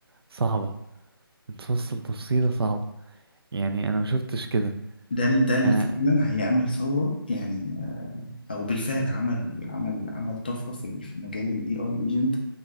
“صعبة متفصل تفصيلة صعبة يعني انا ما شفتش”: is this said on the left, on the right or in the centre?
Right